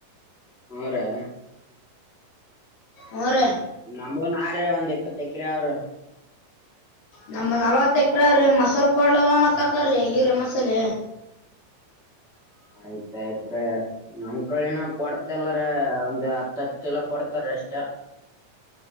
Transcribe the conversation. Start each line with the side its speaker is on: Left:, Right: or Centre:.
Centre: ಹುರಿ
Left: ಹುರಿ
Centre: ನಮೂನು ಅವ್ರೀ ಒಂದ್ ಇಪ್ಪತ್ತ ಎಕ್ರೆ ಅವರಿ
Left: ನಮ ನಲ್ವತ್ ಎಕ್ರ್ರೀ ಮಸಾಲ ಕೊಡ್ಲಲ್ಲನ ಕತಾರೀ ಈ್ರ ಮಸಾಲೆ
Centre: <unintelligible> ಆಯ್ತ್ ಆಯ್ತ್ ರೀ ನಮ್ ಕಡಿ ಇನ್ನ ಕೊಡ್ತಿಲ್ಲರಿ ಒಂದು ಹತ್ತತ್ತು ಚೀಲ ಕೊಡ್ತಾರಿ ಅಷ್ಟ